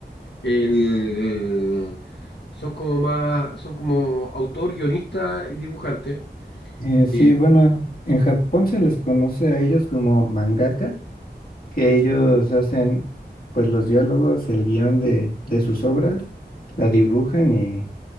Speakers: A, on the left; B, on the left.
A: El- son como más, son como autor, guionista y dibujante.
B: Eh, sí,
A: Eh,
B: bueno, en Japón se les conoce a ellos como mangaka, que ellos hacen pues los diálogos, el guión de, de sus obras, la dibujan y